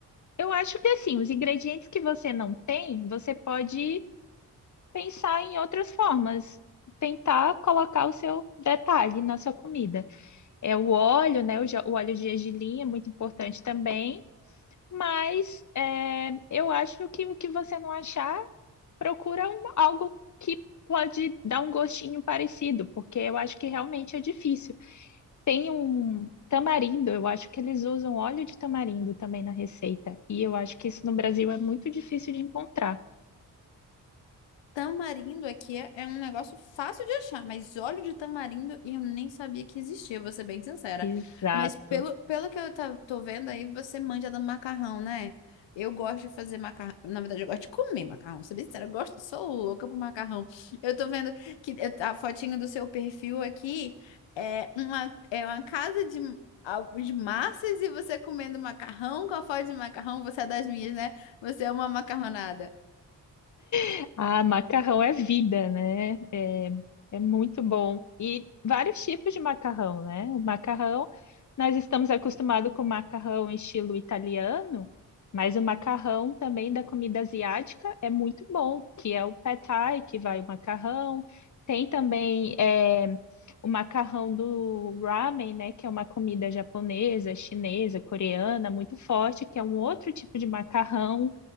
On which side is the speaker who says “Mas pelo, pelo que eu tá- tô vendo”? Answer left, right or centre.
Left